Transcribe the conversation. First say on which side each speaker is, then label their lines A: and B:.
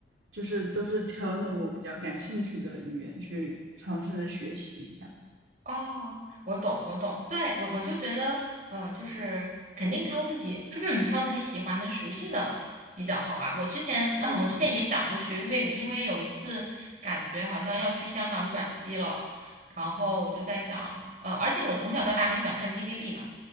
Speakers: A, on the right; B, on the right.
A: 就是都是挑那种我比较感兴趣的语言去尝试着学习一下。
B: 哦，我懂，我懂，对，我我就觉得，嗯、就是肯定挑自己 <clears throat> 挑自己喜欢的、熟悉的比较好吧。我之前，
A: 嗯，
B: <clears throat> 我之前也想过学粤语，因为有一次感觉好像要去香港转机了，然后我就在想，呃，而且我从小到大很喜欢看 TVB 嘛。